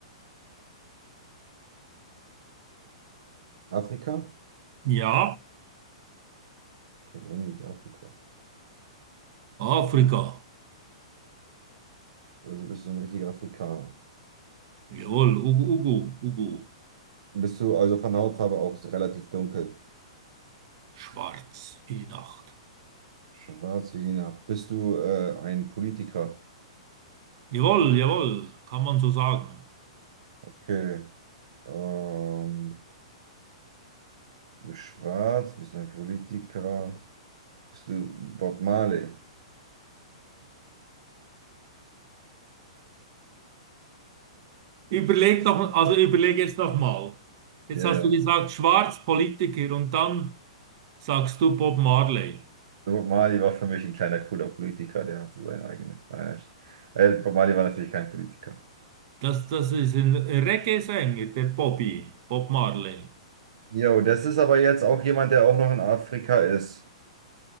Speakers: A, on the right; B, on the right.
A: Afrika?
B: Ja,
A: Okay, männlich Afrika.
B: Afrika.
A: Also bist du ein richtiger Afrikaner.
B: Jawohl, Ugu, Ugu, Ugu.
A: Bist du also von Hautfarbe auch relativ dunkel?
B: Schwarz wie die Nacht.
A: Schwarz wie die Nacht. Bist du äh, ein Politiker?
B: Jawohl, jawohl, kann man so sagen.
A: Okay. Ähm, du bist schwarz, bist ein Politiker. Bist du Bob Marley?
B: Überleg doch, also überleg jetzt noch mal. Jetzt
A: Ja,
B: hast
A: ja.
B: du gesagt, schwarz Politiker und dann sagst du Bob Marley.
A: Bob Marley war für mich ein kleiner, cooler Politiker. Der hat so seinen eigenen. Nein, nein. Äh, Bob Marley war natürlich kein Politiker.
B: Das, das ist ein Reggae-Sänger, der Bobby, Bob Marley.
A: Jo, das ist aber jetzt auch jemand, der auch noch in Afrika ist.